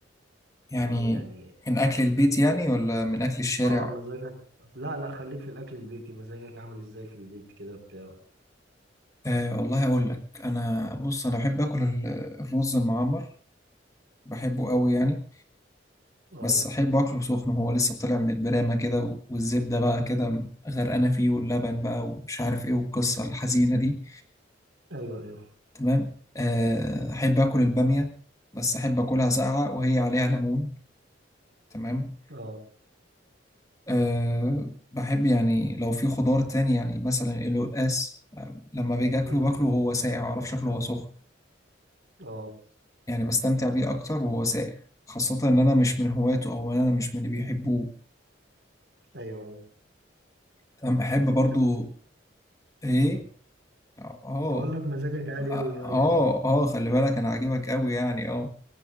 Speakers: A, on the left (about 20°); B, on the right (about 65°).
A: يعني
B: تمام يعني
A: من أكل البيت يعني ولا من أكل الشارع
B: اه مزاجك لا لا خليك في الاكل البيتي مزاجك عامل ازاي في البيت كده بتاع
A: آه والله أقول لك أنا بص أنا بحب آكل ال- الرز المعمر بحبه قوي يعني
B: اه
A: بس أحب أكله سخن وهو لسه طالع من البرامة كده و- والزبدة بقى كده غرقانة فيه واللبن بقى ومش عارف ايه والقصة الحزينة دي
B: ايوه ايوه
A: تمام آه، أحب آكل البامية بس أحب آكلها ساقعة وهي عليها ليمون تمام
B: اه
A: أه بحب يعني لو في خضار تاني يعني مثلا القلقاس آه، لما باجي أكله
B: أمم،
A: باكله وهو ساقع معرفش أكله وهو سخن
B: اه
A: يعني بستمتع بيه أكتر وهو ساقع خاصة إن أنا مش من هواته أو إن أنا مش من اللي بيحبوه
B: ايوه ايوه
A: تمام أحب برضو
B: انت مز...
A: إيه
B: أمم.
A: آه آه
B: بقول لك مزاجك عالي
A: آه
B: قوي يعني في ال...
A: آه، خلي بالك أنا عاجبك أوي يعني آه